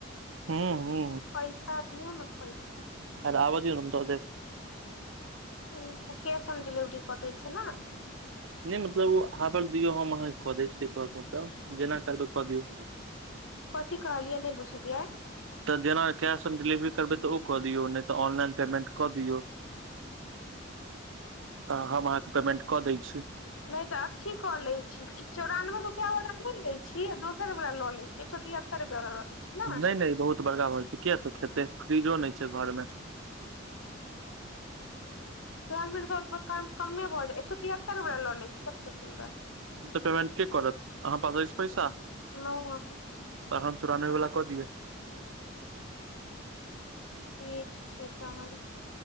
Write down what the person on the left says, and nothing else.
पैसा दिऔ ने पैसा
ह तऽ कैश ऑन डिलिवरी कऽ दै छै ने
कथी कहलियै नहि बुझलियै
नहि तऽ अथी कऽ लैत छी ई चौरानबे रुपैआ वला नहि लैत छी आ दोसर वला लऽ लैत छी एक सौ तिहतर तर ल लैय छी ने
चौेरानबे रुपया बला कमे भऽ जाय एक सौ तिहत्तर बला ल लैय छी सबसँ सुन्दर
नइ मालुम
ठीक छै तहन